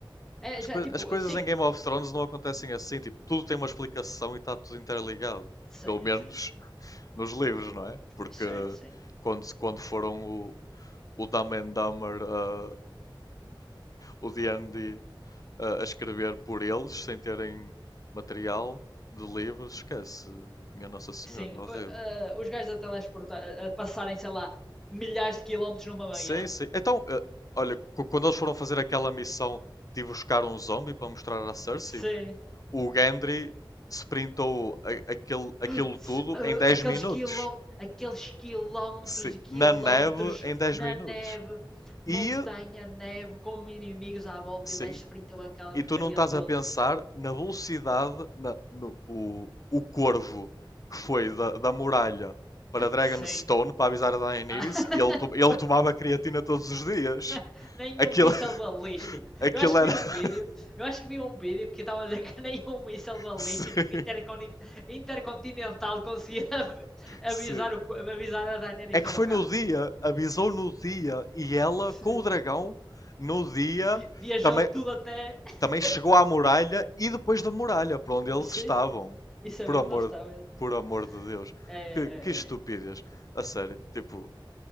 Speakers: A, in the centre; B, on the left.
A: É,
B: as,
A: já,
B: coi-
A: tipo,
B: as coisas
A: sim.
B: em Game of Thrones não acontecem assim, tipo, tudo tem uma explicação e está tudo interligado.
A: Sim,
B: Pelo menos
A: sim, sim.
B: nos livros, não é? Porque
A: Certo, sim.
B: quando, quando foram o, o Dumb and Dumber, uh, o D&D, uh, a escrever por eles, sem terem material de livros, esquece. Minha Nossa Senhora,
A: Sim,
B: horrível.
A: o- ah, os gajos a teleportar, a a passarem, sei lá, milhares de quilómetros numa
B: Sim,
A: manhã.
B: sim. Então, uh, olha, cu- quando eles foram fazer aquela missão de ir buscar um zombie para mostrar à Cersei,
A: Sim.
B: o Gendry sprintou a- aquele, aquilo
A: <gasps> Se-
B: tudo
A: ah,
B: em 10
A: aqueles
B: minutos.
A: quilómetros, aqueles quilómetros
B: Sim,
A: e quilómetros
B: na neve em 10
A: na
B: minutos.
A: neve, montanha,
B: E,
A: neve, com inimigos à volta
B: sim,
A: e o gajo sprintou aquela
B: e
A: porcaria
B: tu não estás
A: toda.
B: a pensar na velocidade, na- no, o, o corvo que foi da, da muralha para Dragonstone
A: Sim.
B: para avisar a Daenerys,
A: Ah, <laughs>
B: ele, ele
A: foi
B: tomava creatina todos os dias.
A: <laughs> nenhum
B: Aquilo,
A: míssel balístico.
B: aquilo
A: Eu acho que
B: era.
A: vi um
B: <laughs>
A: vídeo, eu acho que vi um vídeo que estava a dizer que <laughs> nenhum míssel balístico
B: Sim,
A: intercon- intercontinental conseguia av- avisar,
B: sim.
A: o, co- avisar a Daenerys
B: É que
A: tão
B: foi
A: rápido.
B: no dia, avisou no dia, e ela
A: Sim.
B: com o dragão, no dia,
A: Vi- viajou
B: também
A: tudo até. <laughs>
B: também chegou à muralha e depois da muralha, para onde eles
A: Sim,
B: estavam.
A: sim. E sabia
B: Por amor,
A: onde ela estava. exatamente.
B: por amor de Deus.
A: É,
B: Que, que estupidez. A sério, tipo,